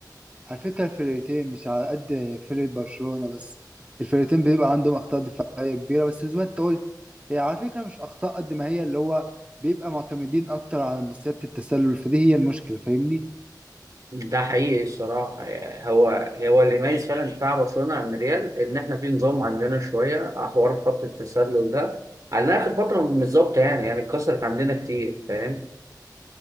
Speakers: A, on the right; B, on the right.
A: على فكرة الفرقتين مش على قد فرقة برشلونة بس الفرقتين بيبقى عندهم أخطاء دفاعية كبيرة بس زي ما انت قلت هي على فكرة مش أخطاء قد ما هي اللي هو بيبقى معتمدين أكتر على مصيدة التسلل فدي هي المشكلة فاهمني
B: ده حقيقي الصراحة هو هو اللي يميز فعلا دفاع برشلونة عن ريال إن إحنا في نظام عندنا شوية حوار خط التسلل ده على آخر فترة مش ظابطة يعني يعني اتكسرت عندنا كتير فاهم